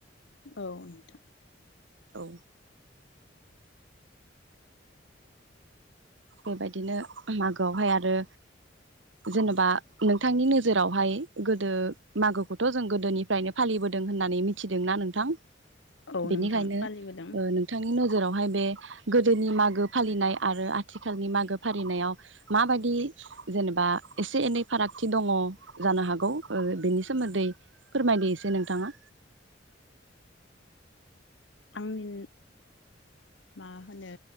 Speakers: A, on the left; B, on the right.
A: औ नोंथां।
B: औ बेबायदिनो मागोआवहाय आरो, जेनेबा नोंथांनि नोजोरावहाय गोदो मागोखौथ' जों गोदोनिफ्रायनो फालिबोदों होननानै मिथिदोंना नोंथां?
A: औ
B: बेनिखायनो
A: नोंथां फालिबोदों
B: नोंथांनि न जेरावहाय बे गोदोनि मागो फालिनाय आरो आथिखालनि मागो फालिनायाव माबायदि जेनेबा एसे एनै फारागथि दङ, जानो हागौ, बेनि सोमोन्दै फोरमायदो एसे नोंथाङा।
A: आंनि मा होनो